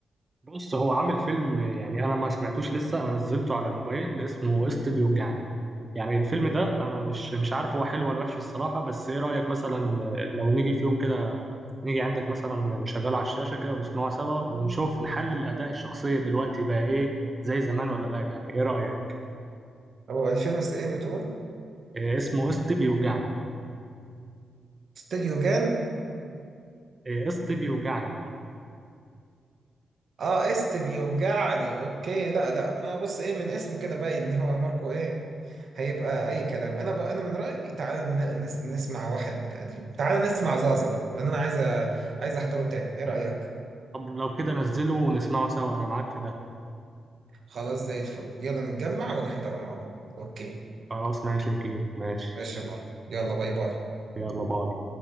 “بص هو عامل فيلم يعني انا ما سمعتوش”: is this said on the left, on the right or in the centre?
Right